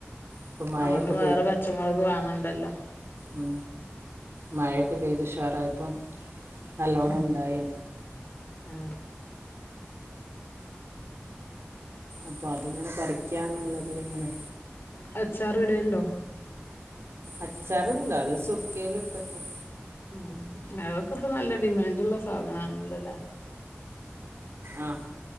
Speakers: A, on the right (about 80°); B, on the left (about 60°).
A: ഇപ്പം മഴയൊക്കെ
B: അഓണ്ട് വേറെ പച്ചമുളക് വാങ്ങണ്ടല്ലോ
A: ഉ മഴയൊക്കെ പെയ്തുുഷാറായപ്പം നല്ലോണം
B: ഉം
A: ണ്ടായിന്
B: ആ
A: അപ്പൊ അതിങ്ങനെ പറിക്കാന്നുള്ളതിലങ്ങനെ
B: അച്ചാർ ഇടെണ്ടോ
A: അച്ചാറടൂല അത് സുർക്കയില ഇട്ടക്കും
B: ഉം അതൊക്കെ ഇപ്പൊ നല്ല ഡിമാൻഡ് ള്ള സാധന ആണല്ലോല്ലെ
A: ആ